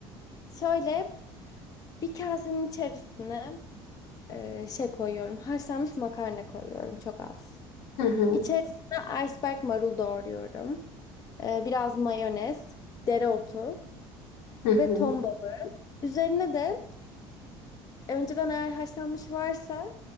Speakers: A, on the left (about 35°); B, on the left (about 80°).
A: şöyle bir kasenin içerisine e, şey koyuyorum. Haşlanmış makarna koyuyorum. Çok az.
B: Hı hı,
A: İçerisine iceberg marul doğruyorum. Ee, biraz mayonez, dereotu
B: hı
A: ve
B: hı,
A: ton balığı. Üzerine de e, önceden eğer haşlanmış varsa